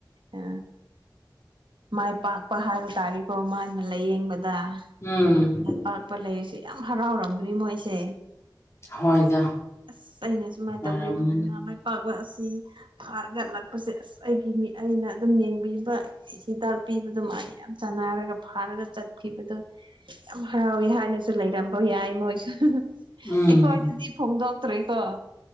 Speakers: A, on the right; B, on the left.
A: ꯑ ꯃꯥꯏ ꯄꯥꯛꯄ ꯍꯥꯏꯕ ꯇꯥꯔꯦꯀꯣ ꯃꯥꯅ ꯂꯥꯏꯌꯦꯡꯕꯗ
B: ꯎꯝ
A: ꯃꯥꯏ ꯄꯥꯛꯄ ꯂꯩꯔꯤꯁ ꯁꯨ ꯌꯥꯝ ꯍꯔꯥꯎꯔꯝꯒꯔꯅꯤ ꯃꯣꯏꯁꯦ꯫
B: ꯍꯣꯏꯗ
A: ꯑꯁ ꯑꯩꯅ ꯁꯨꯃꯥꯏꯅ
B: ꯑꯣꯏꯔꯝꯒꯅꯤ
A: ꯇꯧꯕꯤꯕꯒꯤ ꯃꯥ ꯃꯥꯏ ꯄꯥꯛꯄ ꯑꯁ ꯏ ꯐꯥꯔꯒꯠꯂꯛꯄꯁꯦ ꯑꯁ ꯑꯩꯒꯤ ꯃꯤ ꯑꯩꯅ ꯑꯗꯨꯝ ꯌꯦꯡꯕꯤꯕ꯫ ꯍꯤꯗꯥꯛ ꯄꯤꯕꯗꯨ ꯃꯥ ꯌꯥꯝ ꯆꯅꯥꯔꯒ ꯐꯥꯔꯒ ꯆꯠꯈꯤꯕꯗꯣ ꯌꯥꯝ ꯍꯔꯥꯎꯋꯦ ꯍꯥꯏꯅ ꯁꯨ ꯂꯩꯔꯝꯕ ꯌꯥꯏ ꯃꯣꯏꯁꯨ
B: ꯎꯝ
A: ꯑꯩꯈꯣꯏꯗꯗꯤ ꯐꯣꯡꯗꯣꯛꯇ꯭ꯔꯤꯀꯣ